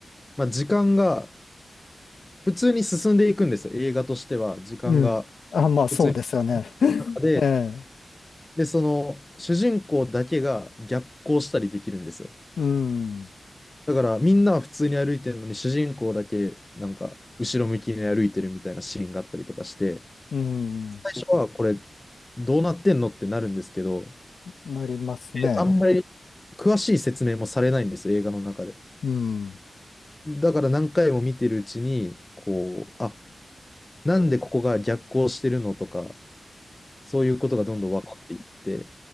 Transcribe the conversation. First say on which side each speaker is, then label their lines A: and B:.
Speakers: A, on the left (about 20°); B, on the left (about 80°).
A: まあ、時間が普通に進んでいくんですよ。映画としては、時間が
B: うん。あ、まあそうですよね。
A: 普通に
B: <laughs>
A: 中で、
B: ええ、
A: で、その、主人公だけが逆行したりできるんですよ。
B: うん、
A: だからみんなは普通に歩いてるのに主人公だけなんか後ろ向きに歩いてるみたいなシーンがあったりとかして
B: うん、
A: 最初はこれどうなってんのってなるんですけど
B: なりますね。
A: あんまり詳しい説明もされないんですよ映画の中で。
B: うん。
A: だから何回も見てるうちにこうあなんでここが逆行してるのとかそういうことがどんどん分かっていって